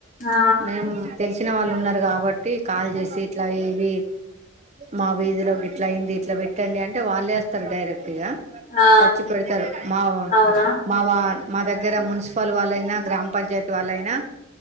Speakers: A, on the left (about 35°); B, on the right (about 30°).
A: ఆ
B: మ్మ్ తెలుసు తినవాళ్ళు ఉన్నారు కాబట్టి కాల్ చేసి ఇట్లా ఏవి మా వీధిలో ఇట్లయింది ఇట్లా పెట్టండంటే వాళ్లే వస్తరు డైరె టిగా
A: ఆ
B: వచ్చి పెడతారు మావం
A: అవునా
B: మా వా మా దగ్గర మున్సిపల్ వాళ్ళైనా గ్రామ పంచాయతీ వాళ్ళైనా